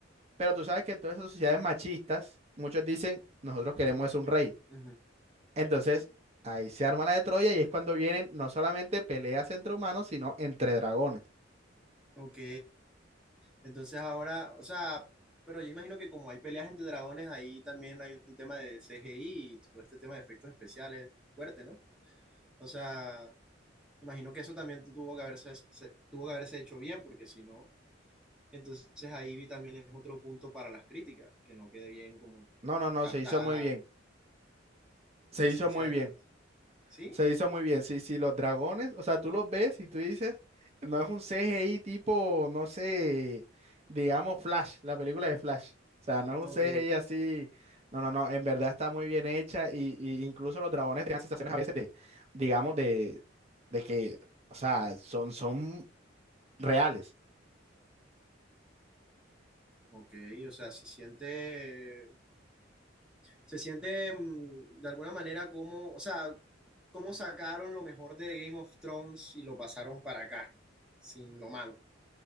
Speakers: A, on the right (about 35°); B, in the centre.
A: pero tú sabes que en todas esas sociedades machistas, muchos dicen, nosotros queremos es un rey.
B: Ujú.
A: Entonces, ahí se arma la de Troya y es cuando vienen no solamente peleas entre humanos, sino entre dragones.
B: Ok. Entonces ahora, o sea, pero yo imagino que como hay peleas entre dragones, ahí también hay un tema de CGI y todo este tema de efectos especiales fuerte, ¿no? O sea, imagino que eso también tuvo que haberse, se- tuvo que haberse hecho bien, porque si no... Entonces ahí vi también es otro punto para las críticas, que no quede bien como
A: No, no, no,
B: captada
A: se hizo muy
B: la,
A: bien. Se
B: la esencia
A: hizo muy
B: de
A: bien.
B: las... ¿Sí?
A: Se hizo muy bien. Sí, sí, los dragones, o sea, tú los ves y tú dices, no es un CGI tipo, no sé, digamos Flash, la película de Flash. O sea, no es
B: Ok,
A: un CGI así. No, no, no, en verdad está muy bien hecha y, y incluso los dragones te dan sensaciones a veces de, digamos, de, de que, o sea, son, son reales.
B: ok, o sea, se siente, se siente mm, de alguna manera como, o sea, cómo sacaron lo mejor de Game of Thrones y lo pasaron para acá, sin lo malo.